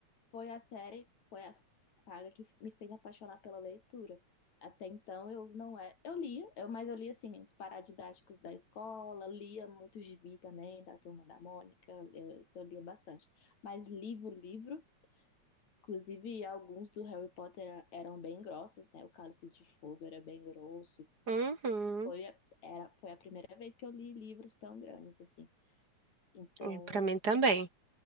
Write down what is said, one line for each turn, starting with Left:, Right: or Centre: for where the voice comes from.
Left: foi a série, foi a saga que me fez apaixonar pela leitura. Até então eu não é, eu lia, eu, mas eu lia assim os paradidáticos da escola, lia muito gibi também da Turma da Mônica, eu, isso eu lia bastante. Mas livro, livro, inclusive alguns do Harry Potter eram bem grossos, né? O Cálice de Fogo era bem grosso.
Right: Uhum.
Left: Foi a, era, foi a primeira vez que eu li livros tão grandes assim. Então,
Right: É, Pra mim também.